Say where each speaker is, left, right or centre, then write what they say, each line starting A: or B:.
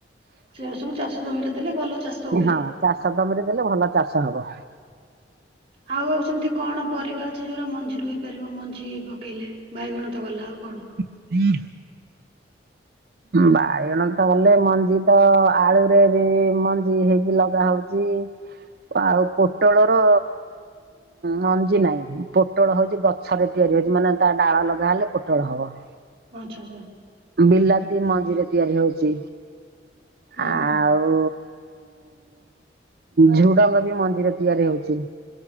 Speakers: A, on the right; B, on the right.
A: ସେ ସବୁ ଚାଷ ଜମିରେ ଦେଲେ ଭଲ ଚାଷ ହୁଏ।
B: ହଁ ଚାଷ ଦମରେ ଦେଲେ ଭଲ ଚାଷ ହବ
A: ଆଉ ଆଉ ସେମିତି କଣ ପରିବା ଅଛି ଯୋଉଡା ମଞ୍ଜିରୁ ହେଇପାରିବ ମଞ୍ଜି ହେଇବା ପକେଇଲେ ବାଇଗଣ ତ ଗଲା ଆଉ କଣ
B: ଇ ବାଇଗଣ ତ ଗଲେ ମଞ୍ଜି ତ ଆଳୁରେ ବି ମଞ୍ଜି ହେଇକି ଲଗା ହଉଚ ଆଉ ପୋଟଳର ମଞ୍ଜି ନାହିଁ ପୋଟଳ ହଉଛି ଗଛ ଛରେ ତିଆରି ହଉଛି ମାନେ ତା ଡାଳ ଲଗା ହେଲେ ପୋଟଳ ହବ
A: ଆଚ୍ଛା ଆଚ୍ଛା
B: ବିଲାତି ମଞ୍ଜିିରେ ତିଆରି ହଉଛି
A: ହୁଁ
B: ଆଉ
A: ହୁଁ
B: ଝୁଡଙ୍ଗ ବି ମ ମନ୍ଦି ତିଆରି ହଉଛି